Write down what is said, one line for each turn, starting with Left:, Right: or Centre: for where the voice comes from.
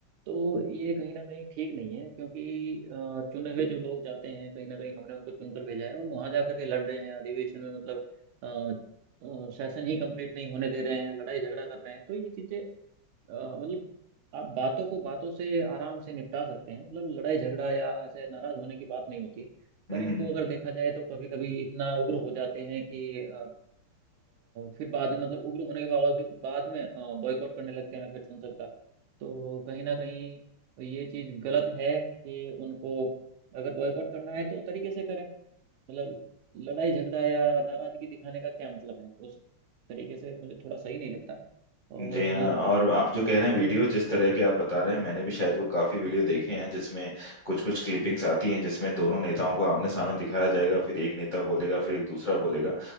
Right: तो ये कहीं ना कहीं ठीक नहीं है क्योंकि अ, चुने हुए जो लोग जाते हैं कहीं ना कहीं हमने उनको चुनकर भेजा है और वहां जाकर के लड़ रहे हैं अधिवेशन में मतलब अ, अ, सेशन ही कंप्लीट नहीं होने दे रहे हैं लड़ाई झगड़ा कर रहे हैं तो ये चीजें अ, मतलब आप बातों को बातों से आराम से निपटा सकते हैं मतलब लड़ाई झगड़ा या ऐसे नाराज होने की बात नहीं होती है
Left: में
Right: पर इनको अगर देखा जाए तो कभी कभी इतना उग्र हो जाते हैं कि अ, फिर बाद में मतलब उग्र होने के बावजूद बाद में बॉयकॉट करने लगते हैं फिर संसद का तो कहीं ना कहीं ये चीज गलत है कि उनको अगर बॉयकॉट करना है तो तरीके से करें मतलब लड़ाई झगड़ा या नाराजगी दिखाने का क्या मतलब है उस तरीके से मुझे थोड़ा सही नहीं लगता और
Left: जी हाँ और आप जो कह रहे हैं
Right: और
Left: वीडियो जिस तरह के आप बता रहे हैं मैंने भी शायद वो काफी वीडियो देखे हैं जिसमें कुछ कुछ क्लिपिंग्स आती हैं जिसमें दोनों नेताओं को आमने सामने दिखाया जाएगा फिर एक नेता बोलेगा फिर एक दूसरा बोलेगा